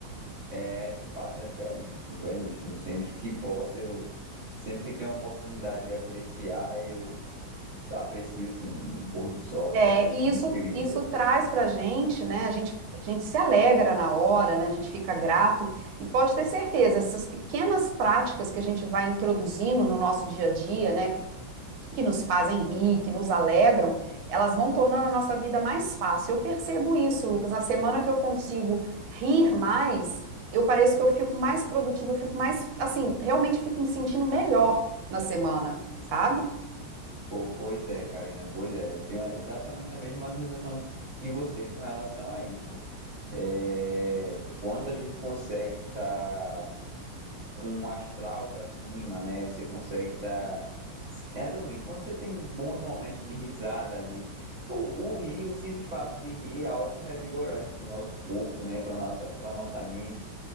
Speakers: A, on the right; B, on the right.
A: É, de fato, é belíssimo, belíssimo. Sempre que posso, eu, sempre que tenho a oportunidade de apreciar, eu aprecio sim, um pôr do sol
B: É,
A: é
B: e
A: incrível.
B: isso, isso traz para a gente, né? A gente, a gente se alegra na hora, né? A gente fica grato e pode ter certeza, essas pequenas práticas que a gente vai introduzindo no nosso dia a dia, né? Que nos fazem rir, que nos alegram, elas vão tornando a nossa vida mais fácil. Eu percebo isso, Lucas. Na semana que eu consigo rir mais, eu pareço que eu fico mais produtiva, eu fico mais, assim, realmente fico me sentindo melhor na semana, sabe?
A: Pô, pois é, Karina, pois é. Tenho exatamente a mesma sensação que você com relação a isso. É, quando a gente consegue estar com um astral para cima, né? Você consegue estar. Resumindo, quando você tem bons momentos de risada ali, o, o rir, o simples fato de rir é algo revigorante para o nosso corpo, né? Para nossa, para nossa mente.